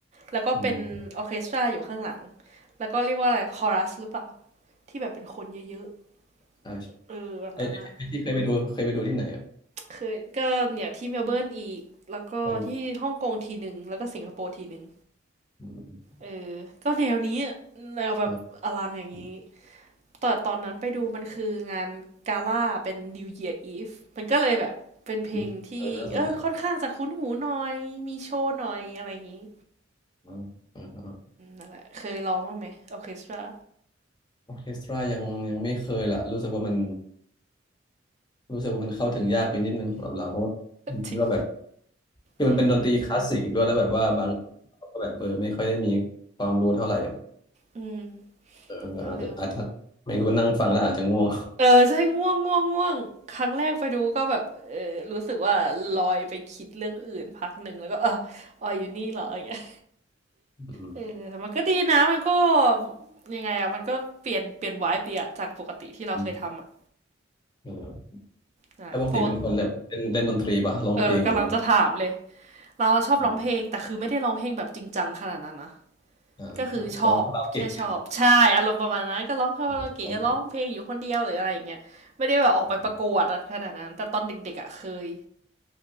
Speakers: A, on the right; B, on the left.
A: แล้วก็เป็นออร์เคสตราอยู่ข้างหลัง
B: อืม
A: แล้วก็เรียกว่าอะไรคอรัสหรือเปล่าที่แบบเป็นคนเยอะ
B: ใช่ใช่
A: ๆเออแบบนั้นอะ
B: ไอ้ไอ้ไอ้ที่เคยไปดูเคยไปดูที่ไหนอ่ะ
A: เคยก็เนี่ยที่เมลเบิร์นอีกแล้วก็ที่ฮ่องกงทีหนึ่งแล้วก็สิงคโปร์ทีหนึ่ง
B: มันอืม
A: เออก็แนวนี้อะแนวแบบอลังอย่างนี้
B: ครัอืม
A: แต่ตอนนั้นไปดูมันคืองานกาล่าเป็น New Year Eve มันก็เลยแบบเป็นเพลงที่เออค่อนข้างจะคุ้นหูหน่อย
B: อืมเออน่าสนใจ
A: มีโชว์หน่อยอะไรอย่างนี้
B: อืมออครับ
A: นั่นแหละเคยร้องบ้างไหมออเคสตรา
B: ออร์เคสตรายังยังไม่เคยล่ะรู้สึกว่ามันรู้สึกว่ามันเข้าถึงยากไปนิดนึงสำหรับเราเพราะว่ามันก็แบบ
A: จริง
B: คือมันเป็นดนตรีคลาสสิกด้วยแล้วแบบว่าบางเราก็แบบเออไม่ค่อยได้มีความรู้เท่าไหร่อะ
A: จริงจริงอืม
B: เอออาจจะอาจจะไม่รู้นั่งฟังแล้วอาจจะง่วง
A: เออเออใช่ง่วงง่วงง่วงครั้งแรกไปดูก็แบบเออรู้สึกว่าลอยไปคิดเรื่องอื่นพักหนึ่งแล้วก็เอออ๋ออยู่นี่เหรออย่างเงี้ย
B: <laughs> อืม
A: เออแต่มันก็ดีนะมันก็ยังไงอะมันก็เปลี่ยนเปลี่ยนไวายเปลี่ยนจากปกติที่เราเคยทำอะ
B: อืมเออ
A: นั่นแหละปก
B: แล้วปกติเป็นคนแบบเล่นเล่นดนตรีปะร้องเพลงอะไรเงี้ยปะ
A: เออกำลังจะถามเลยเราชอบร้องเพลงแต่คือไม่ได้ร้องเพลงแบบจริงจังขนาดนั้นนะ
B: อืมอ่า
A: ก็คือชอบแค่ชอบใช่อารมณ์ประมาณนั้นก็ร้องคาราโอเกะร้องเพลงอยู่คนเดียวหรืออะไรอย่างเงี้ยไม่ได้แบบออกไปประกวดอะขนาดนั้นแต่ตอนเด็กๆอะเคย
B: ร้องคาราโอเกะเนี่ยเหรออ่าร้องเพลงอืม